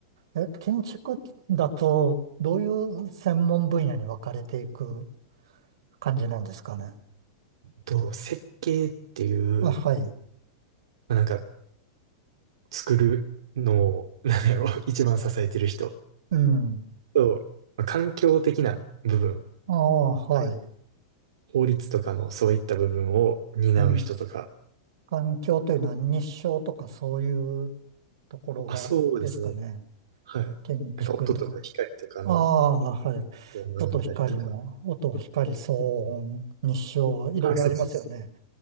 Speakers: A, on the right; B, on the right.
A: え、建築だと、どういう専門分野に分かれていく感じなんですかね。
B: と、設計っていう、
A: あ、はい。
B: まあ、なんか作るのを、<laughs> なんだろう、<laughs> 一番支えてる人
A: うん。
B: と、まあ、環境的な部分、
A: ああ、はい。
B: 法律とかのそういった部分を担う人とか、
A: うん。環境というのは日照とかそういうところがですかね。
B: あ、そうですね。はい。な
A: 建築とか。
B: んか音とか光とかのこ
A: ああ、はい。
B: とを学んだりとか。
A: 音、光も、音、光、騒音、日照、いろいろありますよね。
B: あ、そうそうそう。